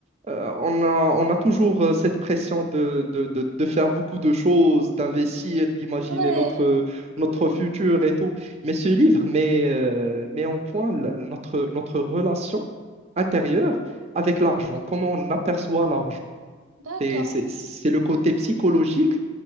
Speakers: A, on the right; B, on the right.
A: Euh, on a, on a toujours euh, cette pression de, de, de- de faire beaucoup de choses, d'investir, d'imaginer
B: Ouais.
A: notre, notre
B: Ouais.
A: futur et tout. Mais ce livre met, euh, met en point la- notre, notre relation intérieure avec l'argent, comment on aperçoit l'argent.
B: D'accord.
A: C'est, c'est, c'est le côté psychologique